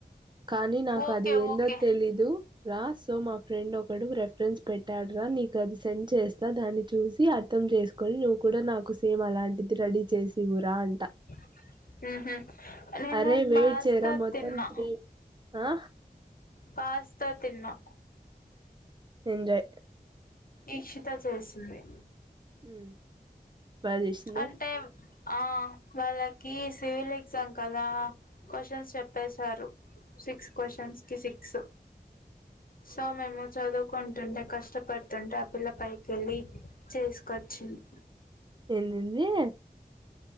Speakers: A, on the right (about 30°); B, on the left (about 60°).
A: కానీ నాకు
B: ఓకే
A: అది ఏందో
B: ఓకే
A: తెలీయదు రా సో మా ఫ్రెండ్ ఒకడు రెఫరెన్స్ పెట్టాడు రా నీకు అది సెండ్ చేస్తా దాన్ని చూసి అర్థం చేసుకొని నువ్వు కూడా నాకు సేమ్ అలాం రెడీ చేసి ఇవ్యు రా అం
B: <inaudible> హు హు నేను
A: అరే వెయిట్
B: పాస్త
A: చేయరా మొత్తం
B: తిన్నా
A: త్రీ ఆ
B: పాస్తా తిన్న
A: ఎంజాయ్
B: ఈక్షిత చేసింది
A: ఉమ్ బాగా చేసిందా
B: అంటే ఆ వాళ్ళకి సివిల్ ఎగ్జామ్ కదా క్వశ్చన్స్ చెప్పేశారు. సిక్స్ క్వశ్చన్స్ కి సిక్స్
A: <inaudible>
B: సో మేము చదువుకుంటుంటే కష్టపడుతుంటే ఆ పిల్ల పైకి వెళ్ళి చేసుకొచ్చింది
A: ఎందెంది